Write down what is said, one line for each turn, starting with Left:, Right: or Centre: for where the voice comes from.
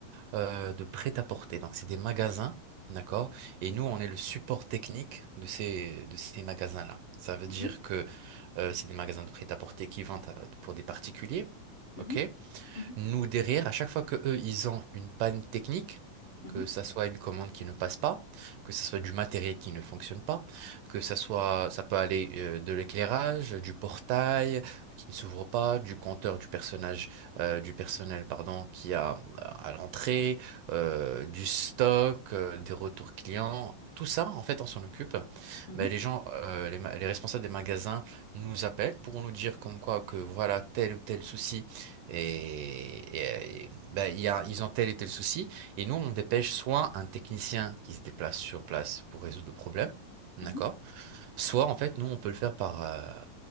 Right: euh, de prêt-à-porter. Donc, c'est des magasins, d'accord? Et nous, on est le support technique de ces, de ces magasins-là. Ça veut
Left: Mhm,
Right: dire que euh, c'est des magasins de prêt-à-porter qui vendent à- pour des particuliers.
Left: mhm,
Right: ok
Left: mhm,
Right: nous, derrière, à chaque fois que eux, ils ont une panne technique,
Left: mhm,
Right: que ça soit une commande qui ne passe pas, que ça soit du matériel qui ne fonctionne pas, que ça soit, ça peut aller euh, de l'éclairage, du portail qui ne s'ouvre pas, du compteur du personnage, euh, du personnel, pardon, qui a à l'entrée, euh, du stock, euh, des retours clients. Tout ça, en fait, on s'en occupe.
Left: mhm,
Right: Mais les gens, euh, les, ma- les responsables des magasins nous appellent pour nous dire comme quoi que voilà tel ou tel souci et, et, euh, ben, il y a, ils ont tel et tel souci. Et nous, on dépêche soit un technicien qui se déplace sur place pour résoudre le problème, d'accord?
Left: mhm.
Right: Soit, en fait, nous, on peut le faire par, euh,